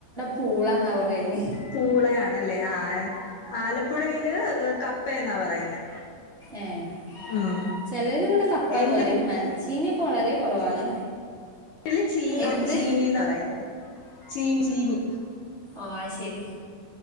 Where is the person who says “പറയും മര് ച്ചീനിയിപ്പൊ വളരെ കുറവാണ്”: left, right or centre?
Right